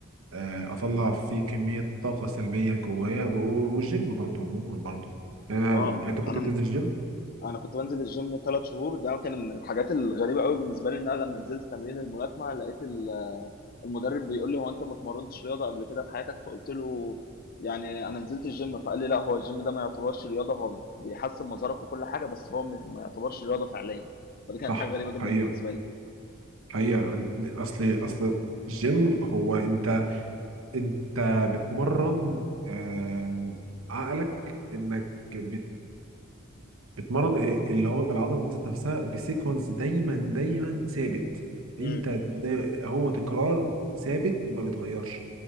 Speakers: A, on the right (about 80°); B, on the left (about 45°).
A: آه اطلع فيه كمية طاقة سلبية جوايا و- والجيم برضو عموما برضو آه
B: اه
A: يعني انت كنت
B: انا
A: بتنزل الجيم؟
B: انا كنت بنزل الجيم ثلاث شهور ده كان من الحاجات الغريبه قوي بالنسبه لي ان انا لما نزلت تمرين الملاكمه لقيت ال- المدرب بيقول لي هو انت ما اتمرنتش رياضه قبل كده في حياتك فقلت له يعني انا نزلت الجيم فقال لي لا هو الجيم ده ما يعتبرش رياضه هو بيحسن مظهرك وكل حاجه بس هو مش ما يعتبرش رياضه فعليا فدي كانت
A: صح
B: حاجه غريبه جدا
A: حقيقة
B: بالنسبه لي
A: حقيقة أصل أصل الجيم هو أنت أنت بتمرن آه، عقلك إنك بت بتمرن إيه، اللي هو العضلة ذات نفسها بسيكونس دايما دايما ثابت
B: امم
A: أنت دا- هو تكرار ثابت ما بيتغيرش